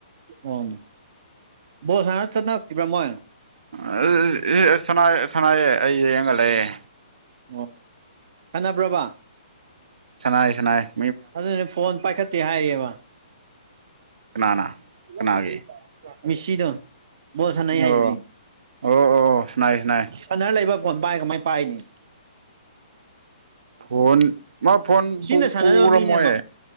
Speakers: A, on the right; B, on the right.
A: ꯑ‌ꯣꯅ ꯕꯣꯜ ꯁꯥꯟꯅ ꯆꯠꯅꯈꯤꯕꯔ ꯃꯣꯏ
B: <unintelligible> ꯑꯁ ꯑꯦ ꯁꯥꯟꯅꯥꯏꯌꯦ ꯁꯥꯟꯅꯥꯏꯌꯦ ꯑꯩ ꯌꯦꯡꯉ ꯂꯩꯌꯦ
A: ꯑꯣ ꯁꯟꯅꯕ꯭ꯔ‌ꯣꯕ
B: ꯁꯅꯥꯏ ꯁꯅꯥꯥꯏ
A: ꯑꯗꯨꯅꯦ ꯐꯣꯟ ꯄꯥꯏꯈꯠꯇꯦ ꯍꯥꯏꯔꯤꯕ
B: ꯀꯅꯥꯅ
A: <unintelligible>
B: ꯀꯅꯥꯒꯤ
A: ꯃꯤꯁꯤꯗ‌ꯣ ꯕ‌ꯣꯜ ꯁꯥꯟꯅꯩ ꯍꯥꯏꯁꯤꯗꯤ
B: ꯑꯣ
A: <unintelligible>
B: ꯑꯣ ꯑꯣ ꯁꯅꯥꯏ ꯁꯅꯥꯏ
A: ꯁꯥꯟꯅꯔ ꯂꯩꯕ ꯐꯣꯟ ꯄꯥꯏ ꯀꯃꯥꯏ ꯄꯥꯏꯅꯤ
B: ꯐꯣꯟ ꯃꯥ ꯐꯣꯟ
A: ꯁꯤꯅ
B: ꯄꯨ
A: ꯁꯥꯟꯅꯗꯕ
B: ꯄꯨꯔꯝꯃꯣꯏ
A: ꯃꯤꯅꯦ ꯑꯃ